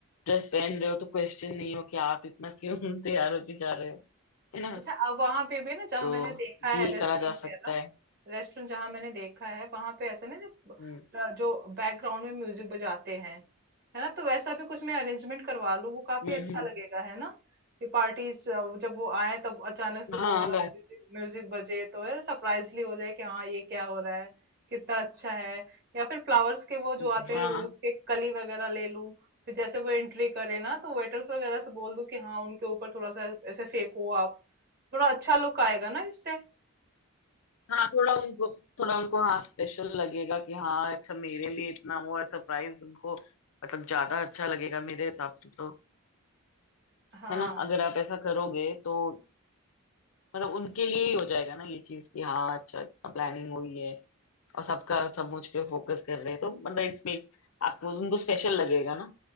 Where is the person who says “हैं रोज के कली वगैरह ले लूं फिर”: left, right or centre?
Right